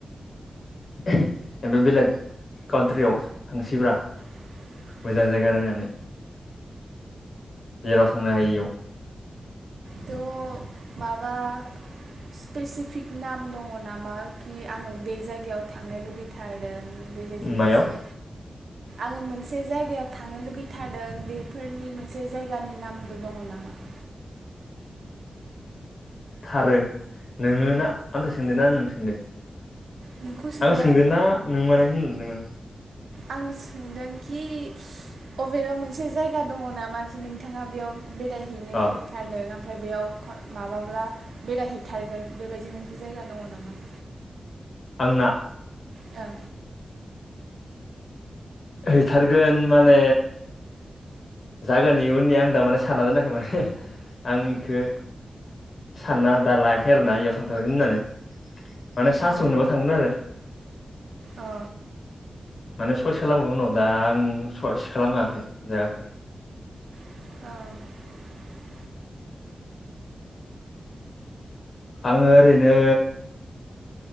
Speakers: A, on the left; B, on the right.
A: जेनबा बेलेग काउट्रियाव थांसैब्रा।
B: आ।
A: मोजां जायगा नायनानै जेराव थांनो हायैयाव।
B: थ माबा। स्पेसिफिक नाम दङ नामा कि आंङो बे जायगायाव थांनो लुबैथारदों। बेबायदिनो
A: मायाव
B: एसे। आंङो मोनसे जायगायाव थांनो लुगैथारादों बेफोरनि मोनसे जायगानि नामबो दङ नामा। <inaudible>
A: थारै नोंङो ना आंखौ सोंदों ना नों सोंदों।
B: नोंखौ सोंदों
A: आं सोंदो
B: आङो
A: ना नों माने होनलांदोंमोन।
B: आं सोंदोंखि अबेबा मोनसे जायगा दङ नामा कि नोंथाङा बेयाव। बेरायहैनो लुुबैथारदों।
A: अ
B: ओमफ्राय बेयाव माबाब्ला बेरायहैथारगोन बेबायदि मोनसे जायगा दङ नामा। <inaudible>
A: आंना।
B: औ।
A: हैथारगोन माने। जागोन इयो उननि आं दा माने सानना दोनाखै माने आं इखौ। सानना दा लायाखै आरोना इयाव सानथारगोन होननानै। माने सानस
B: अ
A: होननोबा थांगोन आरो।
B: अ
A: माने सयस खालामगोन उनाव दा आं सयस खालामाखै जायाखै।
B: औ।
A: आंङो ओरैनो।